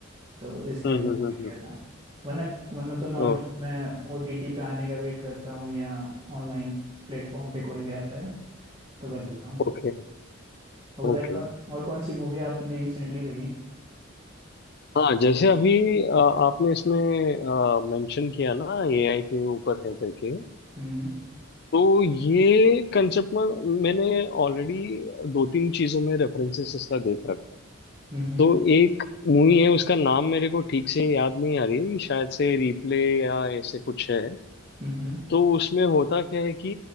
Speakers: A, on the right; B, on the left.
A: तो इसलिए
B: हम्म
A: मैं
B: हम्म
A: और
B: हम्म
A: गया
B: हम्म,
A: था वरना वरना तो नॉर्मली
B: ओ,
A: मैं ओटीटी पे आने का वेट करता हूँ या ऑनलाइन प्लेटफॉर्म पे कोई भी आता है तो कर लेता हूँ
B: Okay
A: और बताइए
B: okay
A: और, और कौन सी मूवी आपने रिसेंटली देखी
B: हाँ जैसे अभी अ, आपने इसमें मेंशन किया ना एआई के ऊपर है करके
A: हम्म
B: तो ये कंसेप्ट में मैंने ऑलरेडी दो तीन चीजों में रेफरेंसेस इसका देख रखा है
A: हम्म हम्म
B: तो एक मूवी है उसका नाम मेरे को ठीक से याद नहीं आ रही शायद से रिप्ले या ऐसे कुछ है
A: हम्म
B: तो उसमें होता क्या है कि